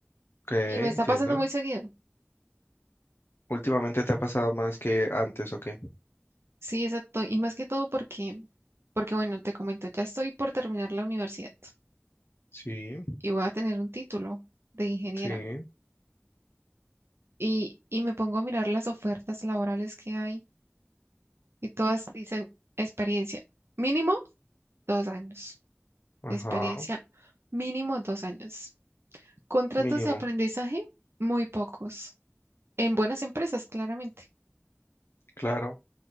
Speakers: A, on the left; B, on the right.
A: Ok,
B: Y me está
A: entiendo.
B: pasando muy seguido.
A: ¿Últimamente te ha pasado más que antes o qué?
B: Sí, exacto. Y más que todo porque, porque bueno, te comento, ya estoy por terminar la universidad
A: Sí,
B: y voy a tener un título de ingeniera.
A: sí,
B: Y, y me pongo a mirar las ofertas laborales que hay y todas dicen experiencia mínimo dos años.
A: ajá,
B: Experiencia mínimo dos años. Contratos
A: mínimo,
B: de aprendizaje muy pocos. En buenas empresas, claramente.
A: claro,